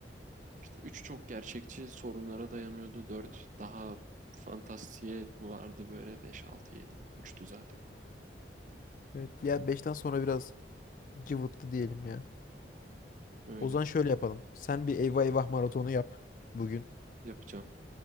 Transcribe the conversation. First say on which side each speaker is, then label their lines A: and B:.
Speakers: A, on the right (about 45°); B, on the left (about 45°).
A: işte 3 çok gerçekçi sorunlara dayanıyordu. dört daha fantastiğe vardı böyle 5 6 7 uçtu zaten.
B: Evet. Ya beşten sonra biraz cıvıttı diyelim ya.
A: Öyle
B: O zaman şöyle yapalım. Sen bir Eyvah Eyvah maratonu yap bugün.
A: yapacağım.